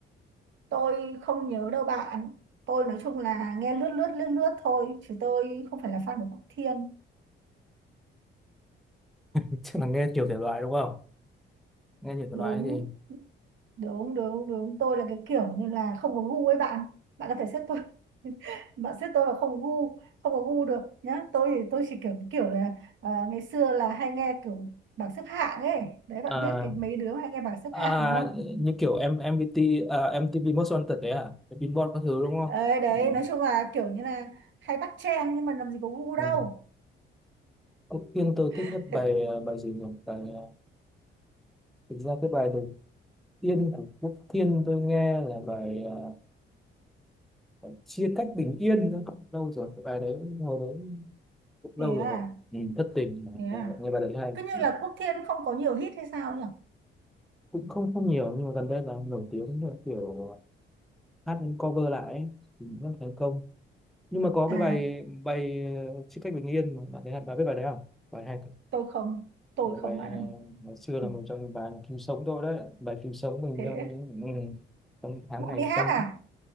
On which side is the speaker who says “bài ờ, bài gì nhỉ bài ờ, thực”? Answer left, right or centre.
Centre